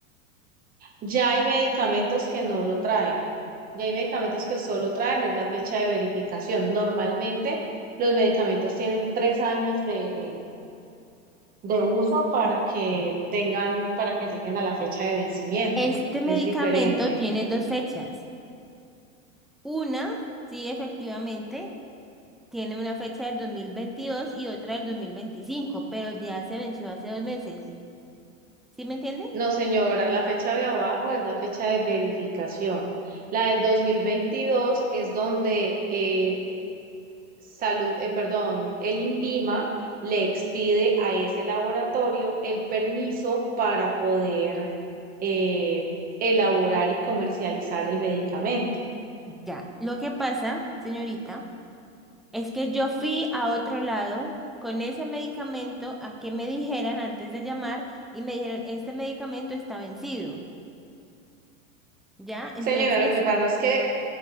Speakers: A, on the right; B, in the centre.
A: Ya hay medicamentos que no lo traen. Ya hay medicamentos que solo traen, es la fecha de verificación. Normalmente los medicamentos tienen tres años de, de uso para que tengan, para que lleguen a la fecha de vencimiento.
B: Este medicamento
A: Es diferente.
B: tiene dos fechas. Una, sí, efectivamente, tiene una fecha del 2022 y otra del 2025, pero ya se venció hace dos meses. ¿Sí me entiende?
A: No, señora, la fecha de abajo es la fecha de verificación. La del 2022 es donde eh, Salud, eh, perdón, el INVIMA le expide a ese laboratorio el permiso para poder eh, elaborar y comercializar el medicamento.
B: Ya, lo que pasa, señorita, es que yo fui a otro lado con ese medicamento a que me dijeran antes de llamar y me dijeron, este medicamento está vencido, ¿ya? Entonces,
A: Señora, lo que pasa es que,